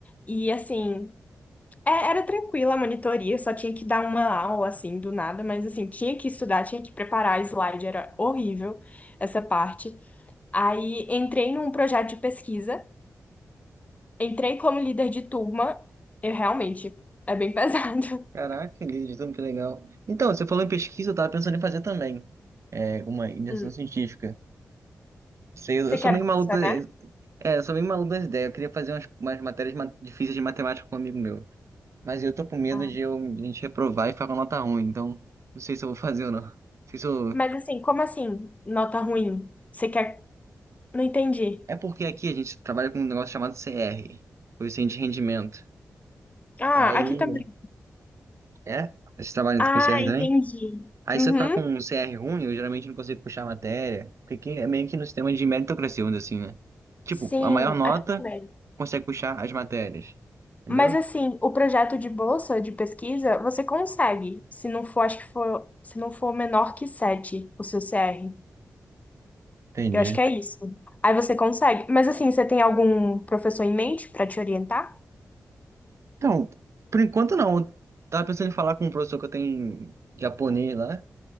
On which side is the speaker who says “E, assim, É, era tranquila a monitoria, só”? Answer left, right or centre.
Left